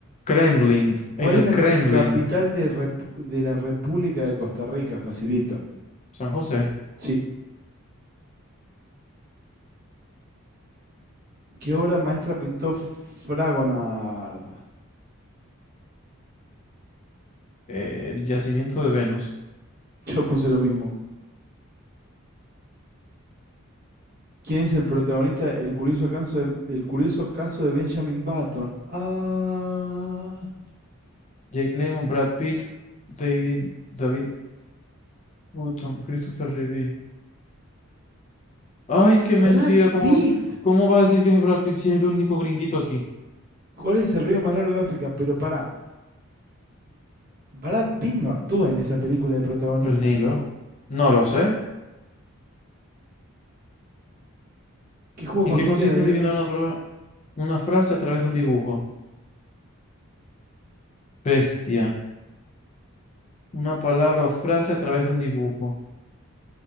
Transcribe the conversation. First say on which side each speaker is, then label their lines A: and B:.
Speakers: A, on the left; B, on the right.
A: Kremlin,
B: ¿Cuál
A: en
B: es
A: el
B: la
A: Kremlin,
B: capital de, Repu- de la República de Costa Rica? Facilito.
A: San José,
B: Sí. ¿Qué obra maestra pintó Fragonard?
A: eh, el yacimiento de Venus.
B: <laughs> Yo puse lo mismo. ¿Quién es el protagonista del curioso caso de, el curioso caso de Benjamin Button? Ah,
A: Jake Lemmon, Brad Pitt, David, David Hutton, Christopher Reeve. Ay, qué mentira.
B: Brad
A: ¿Cómo,
B: Pitt.
A: cómo va a decir que es Brad Pitt si es el único gringuito aquí?
B: ¿Cuál es el río más largo de África? Pero pará, Brad Pitt no actúa en esa película de protagonista.
A: El Nilo. No lo sé.
B: ¿Qué juego
A: ¿En
B: consiste
A: qué consiste
B: en adivinar?
A: adivinar una, pro- una frase a través de un dibujo? Bestia. Una palabra o frase a través de un dibujo.